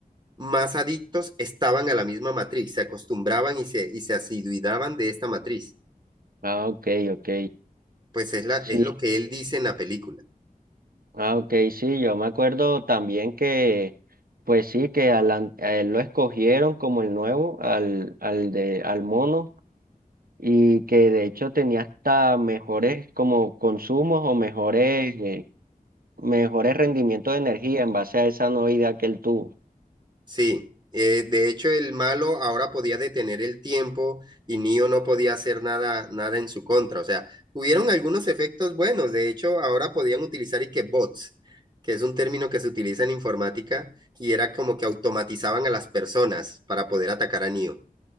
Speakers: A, on the right (about 30°); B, on the right (about 80°).
A: más adictos estaban a la misma matriz, se acostumbraban y se, y se asiduidaban de esta matriz.
B: Ah, ok, ok.
A: Pues es, la,
B: Sí,
A: es lo que él dice en la película.
B: ah, ok, sí, yo me acuerdo también que, pues sí, que a, Lan- a él lo escogieron como el nuevo, al, al de, al mono, y que de hecho tenía hasta mejores como consumos o mejores, eh, mejores rendimientos de energía en base a esa nueva idea que él tuvo.
A: Sí, eh, de hecho el malo ahora podía detener el tiempo y Neo no podía hacer nada, nada en su contra. O sea, hubieron algunos efectos buenos. De hecho, ahora podían utilizar y que bots, que es un término que se utiliza en informática y era como que automatizaban a las personas para poder atacar a Neo.